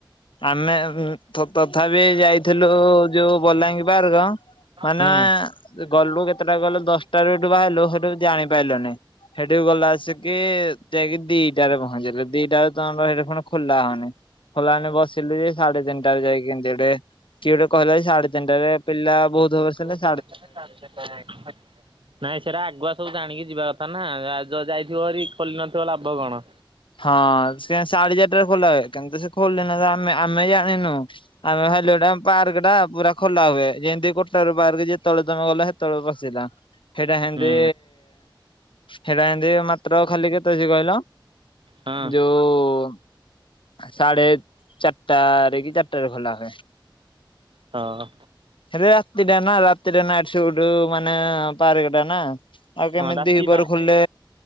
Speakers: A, on the left; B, on the right.
A: ଆମେ ଆଉ ଉମ୍ ତଥାପି ଯାଇଥିଲୁ ଯୋଉ ବଲାଙ୍ଗୀ ପାର୍କ ମାନେ
B: ହୁଁ
A: ଗଲୁ କେତେ ସାତଟା ଗଲେ ଦଶଟାରୁ ଏଠୁ ବାହାରିଲୁ, ସେଠୁ ଜାଣିପାଇଲୁନି। ସେଠିକୁ ଗଲା ଆସିକିି ଯାଇକି ଦିଟାରେ ପହଞ୍ଚିଲୁ। ଦିଟା ବେଳକୁ ତମର କଣ ହେଇଟି କଣ ଖୋଲା ହଉନି ଖୋଲା ହଉନି ବସ ସିଲୁ ଯେ ସାଢେ ତିନିଟାରେ ଯାଇ କେନ୍ତି ଗୋଟେ, କିଏ ଗୋଟେ କହିଲା ଯେ ସାଢେ ତିନିଟାରେ ପିଲା ବହୁତ ହବ ସିଲେ
B: <unintelligible> ନାଇଁ ସେଇରା ଆଗୁଆ ସବୁ ଜାଣିକି ଯିବା କଥା ନା, ଯ ଯାଇଥିବ ହାରି ଖୋଲି ନଥିବ ଲାଭ କଣ?
A: ହଁ, ସେ ସାଢେ ଚାରିଟାରେ ଖୋଲା ହୁଏ। କାରଣ ତ ସେ ଖୋଲି ନଥିଲା ଆମେ-ଆମେ ଜାଣିନୁ, ଆମେ ଭାବିଲୁ ଏଇଟା ପାର୍କଟା ପୁରା ଖୋଲା ହୁଏ। ଯେନ୍ତି କୋଟଗଡ଼ ପାର୍କ ଯେତେବଳେ ତମେ ଗଲ, ସେତେବେଳେ ପଶିଲ। ହେଇଟା ହେମତି
B: ହୁଁ
A: ହେଇଟା ଏନ୍ତି ମାତ୍ର ଖାଲି କେତେ ହଉଚି କହିଲ?
B: ହଁ
A: ଯୋଉ ସାଢ଼େ ଚାରିଟାରେ କି ଚାରିଟାରେ ଖୋଲା ହୁଏ।
B: ହଁ।
A: ରେ ରାତିଟା ନା, ରାତିରେ ନାଇଟ୍ ସୁଟ ମାନେ ପାର୍କଟା ନା। ଆଉ କେମିତି
B: ହଁ ରାତି
A: ଦ୍ୱିପହରୁ
B: ପାଇଁ
A: ଖୋଲିଲେ,